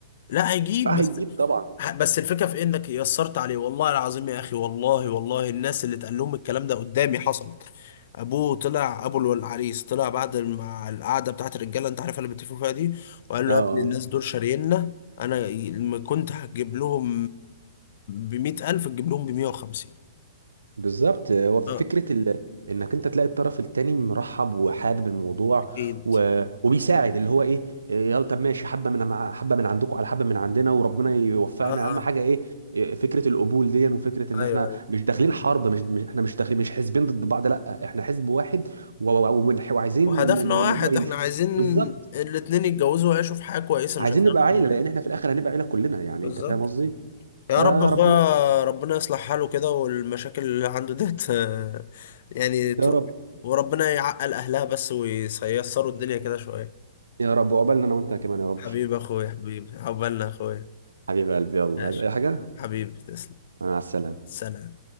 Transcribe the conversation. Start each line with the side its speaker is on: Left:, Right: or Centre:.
Left: لا هيجيب
Right: آه، هيجيب طبعا
Left: ح- بس الفكره في إيه؟ انك يسرت عليه والله العظيم يا اخي والله والله الناس اللي اتقال لهم الكلام ده قدامي حصلت ابوه طلع ابو العريس طلع بعد مع القعده بتاعت الرجاله انت عارف اللي بيتفقوا فيها دي وقال
Right: اه
Left: له يا ابني الناس دول شاريننا انا ي- لما كنت هجيب لهم ب 100000 تجيب لهم ب 150
Right: بالظبط هو فكرة
Left: اه
Right: ال... انك انت تلاقي الطرف التاني مرحب وحابب الموضوع
Left: اكيد
Right: و... وبيساعد اللي هو ايه إيه، يلا طب ماشي حبة من مع... حبة من عندكم على حبة من عندنا وربنا يوفقنا
Left: اه اه
Right: اهم حاجة ايه إيه، فكرة القبول دي وفكرة ان
Left: ايوه
Right: احنا
Left: ايوه
Right: مش داخلين حرب مش, مش احنا مش داخلين مش حزبين ضد بعض لا احنا حزب واحد و... و... ومن- وعايزين
Left: وهدفنا
Right: ان إن
Left: واحد
Right: الموضوع يمشي
Left: احنا عايزين
Right: بالظبط
Left: الاتنين يتجوزوا ويعيشوا في حياه كويسه
Right: عايزين
Left: مش عايزين
Right: نبقى
Left: اكتر
Right: عيلة
Left: من كده
Right: لان احنا في الاخر هنبقى عيلة كلنا يعني
Left: بالظبط
Right: انت فاهم قصدي؟
Left: يا
Right: فربنا
Left: رب اخويا ربنا يصلح حاله كده والمشاكل اللي عنده ديت آه، يعني تروح
Right: يا رب
Left: وربنا يعقل اهلها بس وييسروا الدنيا كده شوية
Right: يا رب وقبلنا انا وانت كمان يا رب
Left: حبيبي اخويا حبيبي عقبالنا اخويا
Right: حبيب قلبي يلا
Left: ماشي
Right: عايز اي حاجة؟
Left: حبيبي تسلم
Right: مع السلامة
Left: سلام